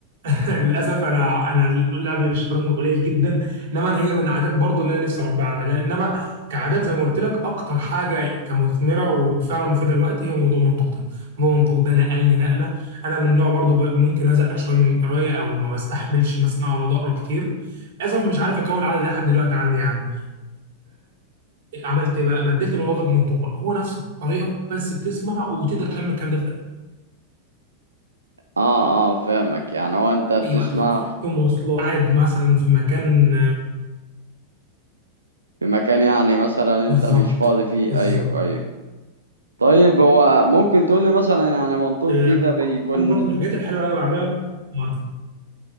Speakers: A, on the right; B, on the right.
A: <laughs> للاسف انا انا لعب الشطرنج قليل جدا انما أنا هي من عادات برضو اللي انا نفسي اربيها عندي لأن- انما كعادات زي ما قلت لك اكتر حاجه كمثمره وفعلا مفيده دلوقتي هي موضوع المنطق ده موضوع المنطق ده نقلني نقله انا من نوع برضو ب- ممكن ازهق شويه من القرايه او ما بستحملش مثلا اقعد اقرا كتير للاسف مش عارف اكون العاده دي لحد دلوقتي عندي يعني فعملت ايه بقى بدلت الموضوع ده بالمنطق بقى هو نفس الطريقه بس بتسمع وتقدر تعمل الكلام ده في
B: اه اه فاهمك يعني هو انت بتسمع
A: اي وقت بقى في مواصلات قاعد مثلا في مكان
B: في مكان يعني مثلا
A: بالظبط
B: انت مش فاضي فيه
A: بالظبط
B: ايوه ايوه طيب هو ممكن تقول لي مثلا يعني منطوق
A: آه،
B: دي ده بيكون
A: عارف برضه من الحاجات الحلوه اللي انا بعملها آه،